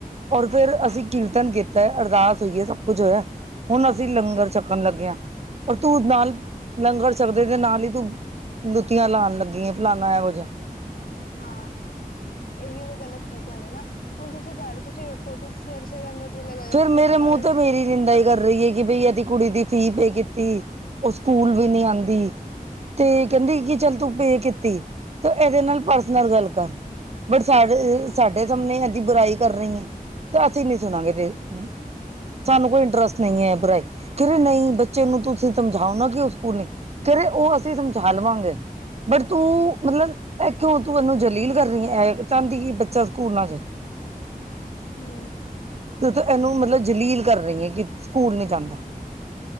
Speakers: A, on the right; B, on the left.
A: ਔਰ ਫੇਰ ਅਸੀਂ ਕੀਰਤਨ ਕੀਤਾ ਅਰਦਾਸ ਹੋਈਏ ਸਭ ਕੁੱਛ ਹੋਇਆ ਹੁਣ ਅਸੀਂ ਲੰਗਰ ਛੱ ਕਣ‌ ਲੱਗੇ ਆ ਔਰ‌ ਤੂੰ ਨਾਲ ਲੰਗਰ ਛਕਦੇ ਤੇ ਨਾਲ ਹੀ ਤੂੰ ਲੁਤੀਆ ਲਾਣ ਲੱਗੀ ਏ ਫਲਾਣਾ ਐਹੋ ਜੇਹਾ।
B: ਹਾਂ-ਹਾਂ ਏਹੀਓ ਗਲਤ ਚੀਜ਼ਾਂ ਨੇ ਨਾ ਹੁਣ ਤੁਸੀਂ ਜਾਰੇ ਤੁਸੀਂ ਵੇਖੋ ਤੁਸੀਂ ਫੇਰ ਸਵੇਰੇ ਅਮ੍ਰਿਤ ਵੇਲੇ ਗਏ। ਹੋ
A: ਫਿਰ ਮੇਰੇ ਮੂੰਹ
B: ਔਰ
A: ਤੇ ਮੇਰੀ ਨਿੰਦਾ ਈ ਕਰ ਰਈ ਐ ਕਿ ਬਈ ਏਦੀ ਕੁੜੀ ਦੀ ਫੀਸ ਪੇ ਕੀਤੀ, ਓ ਸਕੂਲ ਵੀ ਨੀ ਆਂਦੀ ਤੇ ਕੈੰਦੀ ਕੀ ਚਲ ਤੂੰ ਪੇ ਕੀਤੀ ਤੇ ਐਦੇ ਨਾਲ ਪਰਸਨਲ ਗੱਲ ਕਰ। ਸਾਡੇ ਸਾਹਮਣੇ ਐਦੀ ਬੁਰਾਈ ਕਰ ਰਈ ਏ ਤੇ‌ ਅਸੀ ਨਈ ਸੁਣਾਂਗੇ ਤੇਰੀ ਹਾਂ। ਸਾਨੂੰ ਕੋਈ ਇੰਟਰਸਟ ਨਈ ਐ ਬੁਰਾਈ ਕੈ ਰੇ ਨਈ ਬੱਚੇ ਨੂੰ ਤੁਸੀਂ ਸਮਝਾਓ ਨਾ ਕਿ ਓ‌ ਸਕੂਲ ਨਈ ਕੈ ਰੇ ਓ ਅਸੀਂ ਸਮਝਾ ਲਵਾਂਗੇ। ਬਟ ਤੂੰ ਮਤਲਬ ਐ ਕਿਉਂ ਤੂੰ ਐਨੂੰ ਜਲੀਲ ਕਰ ਰੀ‌ ਏ ਐ ਕਿ ਚਾਹੰਦੀ ਕਿ ਬੱਚਾ ਸਕੂਲ ਨਾ ਜਾਏ।
B: ਹੂੰ।
A: ਤੂੰ ਤੇ ਐਨੂੰ ਮਤਲਬ ਜਲੀਲ ਕਰ ਰਈ ਏ ਕਿ ਸਕੂਲ ਨੀ ਜਾਨਾ।